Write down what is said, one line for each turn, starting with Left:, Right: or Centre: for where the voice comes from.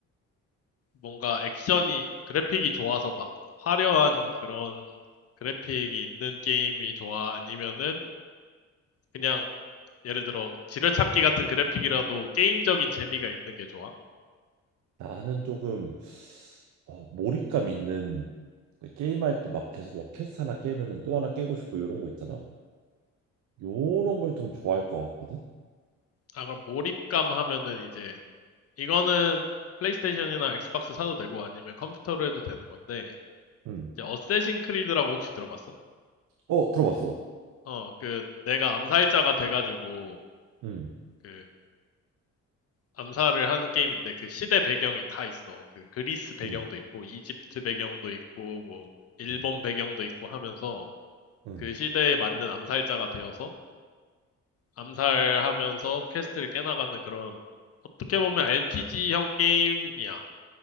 Left: 뭔가 액션이 그래픽이 좋아서 막 화려한 그런 그래픽이 있는 게임이 좋아? 아니면은 그냥 예를 들어 지뢰찾기 같은 그래픽이라도 게임적인 재미가 있는 게 좋아?
Right: 나는 조금 어, 몰입감 있는 그 게임할 때 막 계속 막 퀘스트 하나 깨면은 또 하나 깨고 싶고 이런 거 있잖아. 요런 걸 좀 좋아할 것 같거든.
Left: 아, 그럼 몰입감 하면은 이제 이거는 플레이스테이션이나 엑스박스 사도 되고 아니면 컴퓨터로 해도 되는 건데
Right: 음.
Left: 이제 어쌔신 크리드라고 혹시 들어봤어?
Right: 어, 들어봤어.
Left: 어, 그 내가 암살자가 돼가지고
Right: 음.
Left: 그 암살을 하는 게임인데 그 시대 배경이 다 있어. 그 그리스 배경도
Right: 음.
Left: 있고 이집트 배경도 있고 뭐 일본
Right: 음.
Left: 배경도 있고 하면서
Right: 음.
Left: 그 시대에 맞는 암살자가 되어서 암살하면서 퀘스트를 깨나가는 그런 어떻게 보면 RPG형 게임이야.